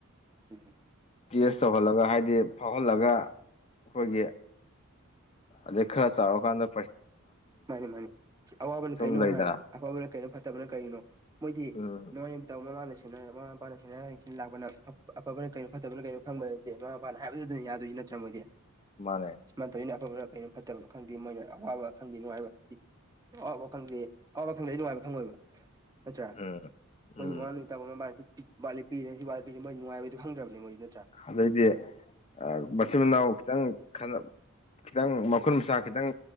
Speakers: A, on the right; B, on the left.
A: ꯎꯝ
B: ꯇꯦꯁ ꯇꯧꯍꯜꯂꯒ ꯍꯥꯏꯗꯤ ꯐꯥꯎꯍꯜꯂꯒ
A: ꯃꯥꯅꯤ
B: ꯈꯣꯏꯒꯤ ꯑꯗꯩ ꯈꯔ ꯆꯥꯎꯔꯀꯟꯗ
A: ꯃꯥꯅꯤ ꯃꯥꯅꯤ ꯑꯋꯥꯕꯅ
B: ꯁꯨꯝ
A: ꯀꯩꯅꯣ
B: ꯂꯩꯗꯅ
A: ꯍꯥ ꯑꯐꯕꯅ ꯀꯩꯅꯣ ꯐꯠꯇꯕꯅ ꯀꯩꯅꯣ ꯃꯣꯏꯗꯤ
B: ꯎꯝ
A: ꯅꯣꯏ ꯇ ꯃꯃꯥꯅ ꯁꯦꯟꯅꯔ ꯃꯃꯥ ꯃꯄꯥꯅ ꯁꯦꯟꯅꯔ ꯁꯤꯟ ꯂꯡꯕꯅ ꯑꯐꯕꯅ ꯀꯩꯅꯣ ꯐꯠꯇꯕꯅ ꯀꯩꯅꯣ ꯈꯪꯕꯟ ꯇꯦ ꯃꯃꯥ ꯃꯄꯥꯅ ꯍꯥꯏꯕꯗꯨ ꯗꯅꯤ ꯌꯗꯣꯏꯁꯦ ꯅꯠꯇ꯭ꯔ ꯃꯣꯏꯗꯤ
B: ꯃꯅꯦ
A: ꯃꯅ ꯇꯧꯔꯤꯅ ꯑꯐꯕꯅ ꯀꯔꯤꯅꯣ ꯐꯠꯇꯕꯅꯣ ꯈꯪꯗꯦ ꯃꯣꯏꯅ ꯑꯋꯥꯕ ꯈꯪꯗꯦ ꯅꯨꯡꯉꯥꯏꯕ, ꯑꯋꯥꯕ ꯈꯪꯗꯦ ꯑꯋꯥꯕ ꯈꯪꯗ꯭ꯔꯗꯤ ꯅꯨꯡꯉꯥꯏꯕ ꯈꯪꯉꯣꯏꯕ ꯅꯠꯇ꯭ꯔꯥ?
B: ꯎꯝ ꯎꯝ
A: ꯃꯣꯏꯗꯤ ꯅꯣꯉꯟꯕ ꯅꯨꯃꯤꯠꯇꯥꯕ <unintelligible> <unintelligible> ꯁꯤ ꯋꯥꯠꯂꯦ ꯄꯤꯔꯦ, ꯃꯣꯏ ꯅꯨꯉꯥꯏꯕ ꯍꯥꯏꯗꯣ ꯈꯪꯗ꯭ꯔꯕꯅꯦ ꯃꯣꯏꯗꯤ ꯅꯠꯇ꯭ꯔꯥ?
B: ꯑꯗꯩꯗꯤ ꯑ ꯃꯆꯤꯟ ꯃꯅꯥꯎ ꯈꯤꯇꯪ ꯈꯠꯅ ꯈꯤꯇꯪ ꯃꯈꯨꯠ ꯃꯁꯥ ꯈꯤꯇꯪ